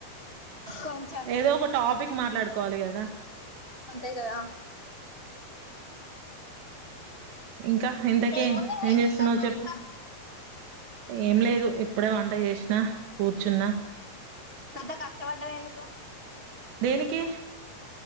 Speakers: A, on the right (about 45°); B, on the right (about 85°).
A: కొంచెం
B: ఏదో ఒక టాపిక్ మాట్లాడుకోవాలి కదా
A: అంతే కదా
B: ఇంకా ఇంతకీ
A: ఏముంది
B: ఏం చేస్తున్నావు
A: చెత్తారు మరి
B: చెప్పు
A: ఇంకా
B: ఏం లేదు ఇప్పుడే వంట చేసినా కూర్చున్నా
A: ఎంత కష్టపడం ఎందుకో
B: దేనికి